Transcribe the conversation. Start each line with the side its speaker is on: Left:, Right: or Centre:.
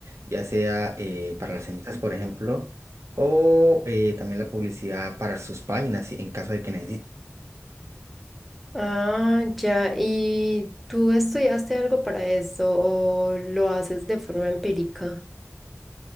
Right: ya sea eh, para las empresas, por ejemplo, o eh, también la publicidad para sus páginas, si- en caso de que necesiten.
Centre: Ah, ya. ¿Y tú estudiaste algo para eso o lo haces de forma empírica?